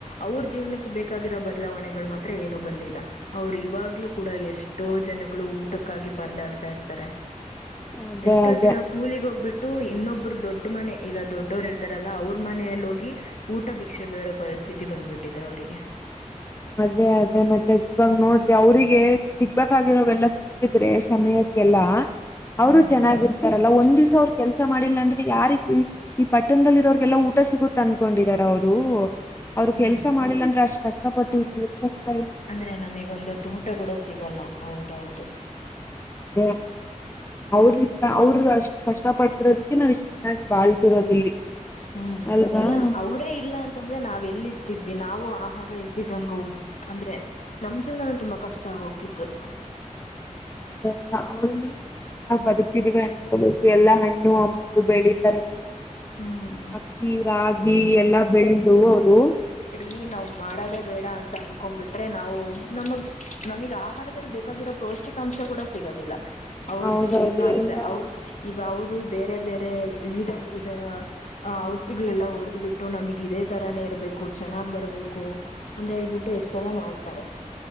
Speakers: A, on the left; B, on the left.
A: ಅವ್ರ ಜೀವನಕ್ಕೆ ಬೇಕಾಗಿರೋ ಬದಲಾವಣೆಗಳು ಮಾತ್ರ ಏನು ಬಂದಿಲ್ಲ. ಅವರು ಇವಾಗ್ಲು ಕೂಡ ಎಷ್ಟೋ ಜನ ಗಳು ಊಟ ಕಕ್ಕಗಾಗಿ ಪರದಾಡ್ತಾ ಇರ್ತಾರೆ.
B: ಅದೇ
A: ಎಷ್ಟೋ
B: ಅದೇ
A: ಜನ ಕೂಲಿಗ್ ಹೋಗ್ಬಿಟ್ಟು ಇನ್ನೊಬ್ಬರು ದೊಡ್ಡ ಮನೆ ಈಗ ದೊಡ್ಡವರು ಇರ್ತಾರಲ್ಲ ಅವ್ರ ಮನೆಯಲ್ಲಿ ಹೋಗಿ ಊಟ ಭಿಕ್ಷೆ ಬೇಡೋ ಪರಿಸ್ಥಿತಿ ಬಂದ್ಬಿಟ್ಟಿದೆ ಅವರಿಗೆ.
B: ಅದೇ ಅದೇ ಮತ್ತೆ ಇವಾಗ ನೋಡ್ರಿ ಅವ್ರಿಗೆ ಸಿಗ್ಬೇಕಾಗಿರೋವೆಲ್ಲ ಸಿಕ್ಕಿದ್ರೆ ಸಮಯಕ್ಕೆಲ್ಲ ಅವರು
A: ಹ್ಮ್
B: ಚೆನ್ನಾಗಿರ್ತಾರಲ್ಲ ಒಂದ್ ದಿವಸ. ಅವ್ರ ಕೆಲಸ ಮಾಡಿಲ್ಲ ಅಂದ್ರೆ ಯಾರಿಗ್ ಈ ಪಟ್ಟಣದಲ್ಲಿ ಇರೋರಿಗೆಗೆಲ್ಲಾ ಊಟ ಸಿಗುತ್ತ ಅನ್ಕೊಂಡಿದಾರ ಅವ್ರು. ಅವರು
A: ಹ್ಮ್
B: ಕೆಲ್ಸ ಮಾಡಿಲ್ಲ ಅಂದ್ರೆ ಅಷ್ ಕಷ್ಟಪಟ್ ಏನ್ ಬರು
A: ಅಂದ್ರೆ ನಮಿಗೊಂದ್ ಹೊತ್ತ್ ಊಟ ಕೂಡ ಸಿಗಲ್ಲ ಹೌದೌದು.
B: <unintelligible> ಅವ್ರ್ದ ಅವರು ಅಷ್ಟು ಕಷ್ಟ ಪಡ್ತಿರೋದಕ್ಕೆ ನಾವ್ ಇಷ್ಟು ಚೆನ್ನಾಗಿ ಬಾಳ್ತಿರೋದಿಲ್ಲಿ.
A: ಹ್ಮ್
B: ಅಲ್ವಾ
A: ಇಲ್ಲ ಅವರೇ ಇಲ್ಲಾ ಅಂತಂದ್ರೆ ನಾವ್ ಎಲ್ಲಿ ಇರ್ತಿದ್ ವಿ ನಾವು ಆಹಾರ ಇಲ್ಲಿದ್ದಂಗ ಹೋಗ್ ಅಂದ್ರೆ ನಮ್ ಜೀವನಾನು ತುಂಬಾ ಕಷ್ಟ ಹೋಗ್ತಿತ್ತು.
B: <inaudible> ನಾವ್ ಬದುಕ್ತಿದೀವಿ ಅನ್ಕೋಬೇಕು ಎಲ್ಲ ಹಣ್ ಣು ಹಂಪಲು ಬೆಳಿಿತಾರೆ. <unintelligible>
A: ಹ್ಮ್
B: ಅಕ್ಕಿ ರಾಗಿ ಎಲ್ಲಾ ಬೆಳ್ದು ಅವ್ರು
A: ಈ ನಾವ್ ಮಾಡೋದೇ ಬೇಡ ಅಂತ ಅನ್ಕೊಂಡ್ಬಿಟ್ರೆ ನಾವು ನಮಗ್ ನಮಗ್ ಆಹಾರದಲ್ಲಿ ಬೇಕಾಗಿರೋ ಪೌಷ್ಟಿಕಾಂಶ ಕೂಡ ಸಿಗೋದಿಲ್ಲ. ಅವ್ರ
B: ಹೌದೌದು
A: ಇಲ್ಲ ಅಂದ್ರೆ
B: ಎಲ್ಲಾ
A: ಅವ್ರು ಈಗ ಅವ್ರು ಬೇರೆ ಬೇರೆ ವಿಧ ವಿಧ ಔಷಧಿಗಳೆಲ್ಲ ಹೊಡೆದು ಬಿಟ್ಟು ನಮ್ಗಿದೆ ತರಾನೇ ಇರ್ಬೇಕು ಚೆನ್ನಾಗ್ ಬರ್ಬೇಕು ಅಂತ ಹೇಳ್ಬಿಟ್ಟು ಎಷ್ಟೆಲ್ಲ ಮಾಡ್ತಾರೆ.